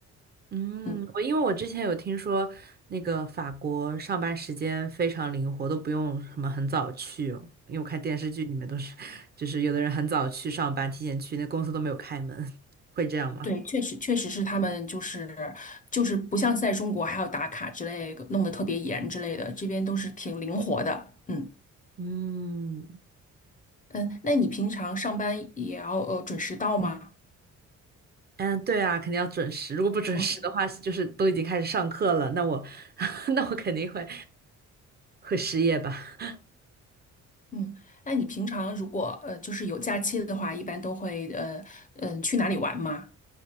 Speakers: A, on the right; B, on the left.
A: 嗯，
B: 嗯，
A: 我因为我之前有听说那个法国上班时间非常灵活，都不用什么很早去哦，因为我看电视剧里面都是，就是有的人很早去上班，提前去，那公司都没有开门，<laughs> 会这样吗？
B: 对，确实确实是他们就是就是不像在中国还要打卡之类的弄得特别严之类的，这边都是挺灵活的。嗯
A: 嗯
B: 嗯，那你平常上班也要呃准时到吗？
A: 嗯，对啊，肯定要准时，如果不准时的话，
B: 哦，对，
A: 就是都已经开始上课了，那我 <laughs> 那我肯定会会失业吧。
B: 嗯，那你平常如果呃就是有假期的话，一般都会呃嗯、呃去哪里玩吗？